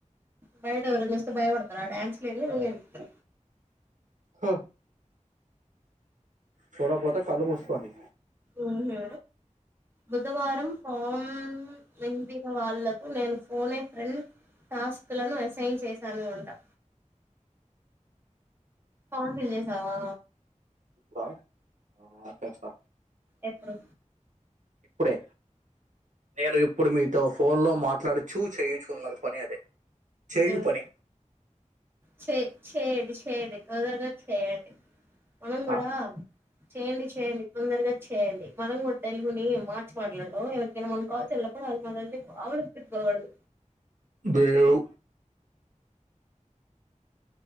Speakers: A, on the right; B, on the right.
A: బయట ఎవరైనా చూస్తే భయపడతారూ ఆ డాన్స్లు ఏంది నువ్వేంది.
B: హ చూడకపోతే కళ్ళు మూసుకోండి.
A: ఊహూ బుధవారం ఫామ్ వింపిన వాళ్లకు నేను ఫోనే ఫ్రెండ్ టాస్క్ లను అసైన్ చేశాను అంటా ఫామ్ ఫిల్ చేసావా.
B: <unintelligible> అ పేస్తా
A: ఎప్పుడు
B: ఇప్పుడే నేను ఇప్పుడు మీతో ఫోన్ లో మాట్లాడుచు చెయుచున్న పని అదే చేయు
A: మ్మ్
B: పని
A: చే చేయండి చేయండి తొందరగా చేయండి మనం కూడా
B: ఆ,
A: చేయండి చేయండి తొందరగా చె చేయండి మనం కూడా తెలుగుని మార్చి మాట్లాడదాం ఎవరికైనా మనం కాల్స్ చ వాళ్లు మనల్ని మామూలుగా తిట్టుకోకూడదు.
B: దేవ్